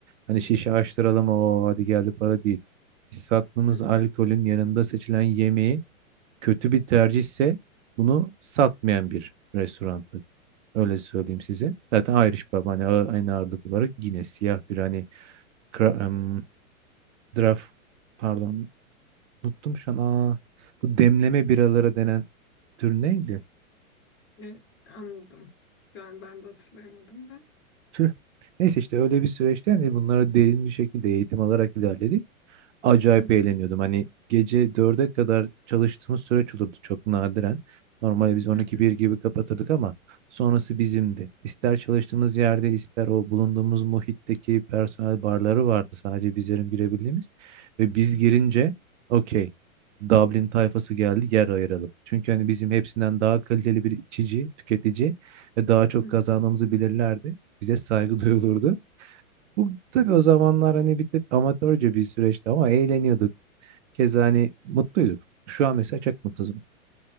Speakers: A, on the right; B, on the left.
A: hani şişe açtıralım o hadi geldi para değil. Biz sattığımız
B: Hı hı.
A: alkolün yanında seçilen yemeği kötü bir tercihse bunu satmayan bir restorandı. Öyle söyleyeyim size. Zaten Irish Pub hani a- aynı ağırlık olarak yine siyah bir hani kra- em, draft pardon unuttum şu an. Aa, bu demleme biralara denen tür neydi?
B: E, anladım. Şu an ben de hatırlayamadım da.
A: Tüh. Neyse işte öyle bir süreçten de bunlara derin bir şekilde eğitim alarak ilerledik. acayip
B: Hı hı.
A: eğleniyordum. Hani gece dörde kadar çalıştığımız süreç olurdu çok nadiren. Normalde biz 12
B: Hı hı.
A: bir gibi kapatırdık ama sonrası bizimdi. İster çalıştığımız yerde ister o bulunduğumuz muhitteki personel barları vardı sadece bizlerin girebildiğimiz. Ve biz girince okey Dublin tayfası geldi yer ayıralım. Çünkü hani bizim hepsinden daha kaliteli bir içici, tüketici ve daha çok
B: Hı
A: kazandığımızı
B: hı.
A: bilirlerdi. Bize saygı <laughs> duyulurdu. Bu tabii o zamanlar hani bir tık amatörce bir süreçti ama eğleniyorduk. Keza hani mutluyduk. Şu an mesela çok mutsuzum.